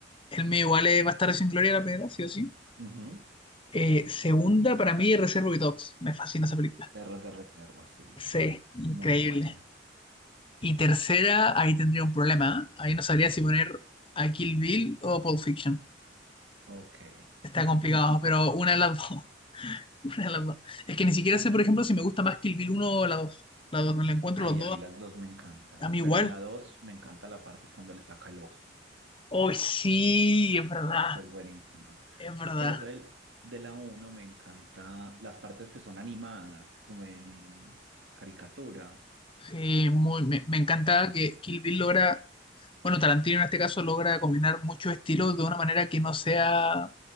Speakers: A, on the left; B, on the right.
A: El mío igual es Bastardos sin Gloria, la primera, sí o sí.
B: Ujú.
A: Eh, segunda, para mí, Reservoir Dogs. Me fascina esa película.
B: Perros de reserva, sí.
A: Sí, increíble.
B: Muy buena.
A: Y tercera, ahí tendría un problema, ¿eh? Ahí no sabría si poner a Kill Bill o Pulp Fiction.
B: Ok.
A: Está
B: <laughs>
A: complicado, pero una de las dos. <laughs> Una de las dos. Es que ni siquiera sé, por ejemplo, si me gusta más Kill Bill uno o la dos La 2 me la encuentro
B: Ay,
A: los dos
B: a mí las dos me encantan,
A: a mí igual.
B: pero en la dos me encanta la parte cuando le saca el ojo.
A: Hoy sí, es verdad,
B: Parte es buenísima.
A: es verdad.
B: Pero del, de la uno me encanta las partes que son animadas, como en caricatura.
A: Sí, muy, me, me
B: Esas,
A: encanta que Kill Bill logra, bueno, Tarantino en este caso logra combinar muchos estilos de una manera que no sea,